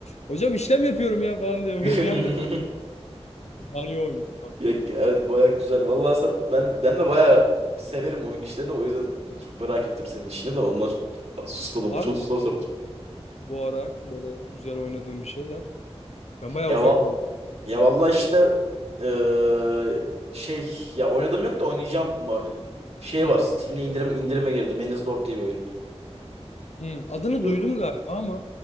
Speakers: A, on the left (about 80°); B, on the right (about 65°).
A: hocam işlem yapıyorum ya falan diye
B: <laughs>
A: böyle bir anda Mario oynuyor falan.
B: Ya,
A: böyle.
B: g- evet baya güzel. Vallahi sen, ben ben de baya severim oyun işlerini. O yüzden çok merak ettim senin işini de ondan susmadım.
A: Var
B: Çok
A: mı
B: soru sordum.
A: bu ara böyle güzel oynadığım bir şeyler? Ben bayağı
B: Ya
A: uzak
B: va-
A: kaldım.
B: ya vallahi işte eee, şey ya oynadım yok da oynayacağım var. Şey
A: Hı,
B: var. Steam'de indirime indirime girdi. Man's Lord diye bir oyun.
A: hı. Adını
B: Du-
A: duydum galiba ama